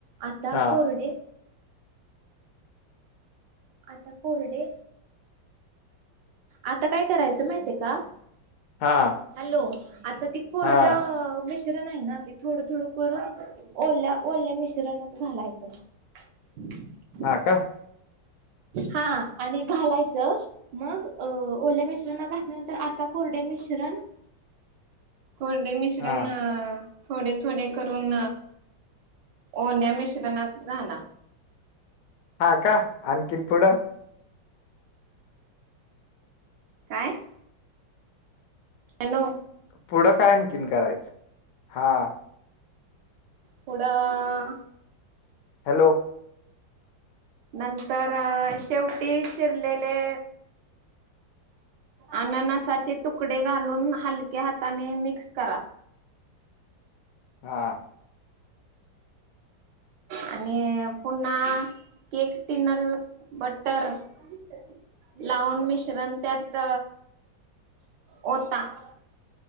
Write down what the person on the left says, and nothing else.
हा
हा
हा
हा का
हा
हा का आणखीन पुढं
पुढं काय आणखीन करायचं हा
हॅलो
<inaudible> हा